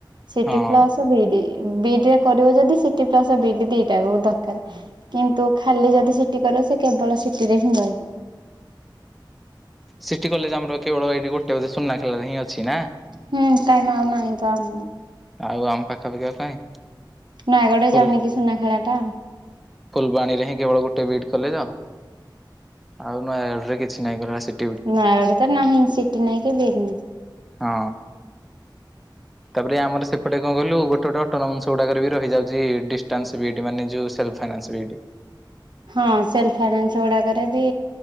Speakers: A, on the right; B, in the centre.
A: ସିଟି
B: ହଁ
A: ପ୍ଲସ ବିଡି ବିଡିରେ କରିବ ଯଦି ସିଟି ପ୍ଲସ ବି ଡି ଦିଟା ଯାକ ଦରକାର। କିନ୍ତୁ ଖାଲି ଯଦି ସିଟି କର ସେ କେବଳ ସିଟିରେ ହିଁ ରହିବ।
B: ସିଟି କଲେଜ ଆମର କେବଳ ଏଇଠି ଗୋଟେ ବୋଧେ ସୁନା ଖେଳାରେ ହିଁ ଅଛି ନା।
A: ହୁଁ କାଇଁମ ଆଉ ନାହିଁ ତ ଆମ୍
B: ଆଉ ଆମ ପାଖାପାଖି ଆଉ କାଇଁ
A: ନୟାଗଡରେ
B: ଫୁଲ
A: ଯାଉନି କି ସୁନାଖେଳାଟା।
B: ଫୁଲବାଣୀରେ ହିଁ କେବଳ ଗୋଟେ ବିଡ୍ କଲେଜ? ଆଉ ନୟାଗଡରେ କିଛି ନାଇଁ ଗଲା ସେ
A: ନୟାଗଡ଼ରେ ତ ନାହିଁ ସିଟି ନାହିଁ କି ବିଡ୍ ନାହିଁ।
B: ହଁ ତାପରେ ଆମର ସେପଟେ କଣ କହିଲୁ ଗୋଟେ ଗୋଟେ ଅଟୋନମସ ଗୁଡାକରେ ବି ରହିଯାଉଛି ଡିଷ୍ଟାନ୍ସ ବିଡ୍ ମାନେ ଯୋଉ ସେଲ୍ଫଫାଇନାନ୍ସ ବିଡି।
A: ହଁ ସେଲ୍ ଫାଇନାନ୍ସ ଗୁଡାକରେ ବି